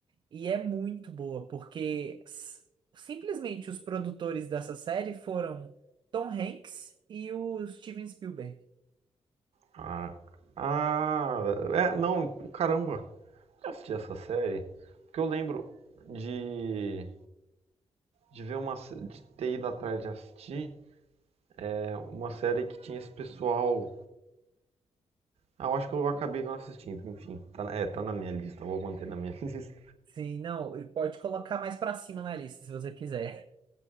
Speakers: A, on the right (about 45°); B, on the right (about 75°).
A: e é muito boa, porque s- simplesmente os produtores dessa série foram Tom Hanks e o Steven Spielberg.
B: Ah, ah é, não, caramba, eu assisti essa série porque eu lembro de de ver uma de ter ido atrás de assistir é uma série que tinha esse pessoal ah, eu acho que eu acabei não assistindo enfim tá, é tá na minha lista vou manter na minha <laughs> lista
A: Sim, não, e pode colocar mais pra cima na lista, se você quiser.